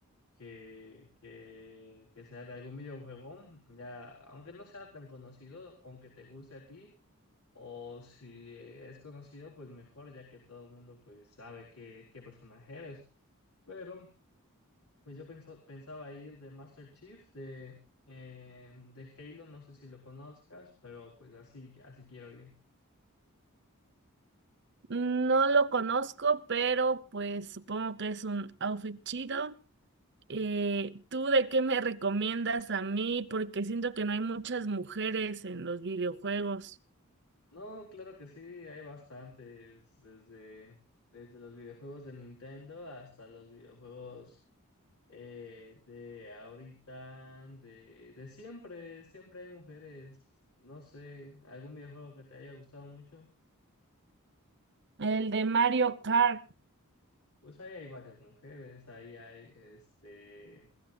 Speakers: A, on the left; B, on the right.
A: que, que, que sea de algún videojuego, ya, aunque no sea tan conocido, aunque te guste a ti, O si es conocido, pues mejor, ya que todo el mundo pues sabe qué, qué personaje eres. Pero pues yo penso- pensaba ir de Master Chief, de, eh, de Halo, no sé si lo conozcas, pero pues así, así quiero ir.
B: No lo conozco, pero pues supongo que es un outfit chido. Eh, ¿tú de qué me recomiendas a mí? Porque siento que no hay muchas mujeres en los videojuegos.
A: No, claro que sí, hay bastantes, desde, desde los videojuegos de Nintendo hasta los videojuegos Eh, de ahorita, de, de siempre, siempre hay mujeres, no sé, algún videojuego que te haya gustado mucho,
B: El de Mario Kart.
A: pues ahí hay varias mujeres, ahí hay, este,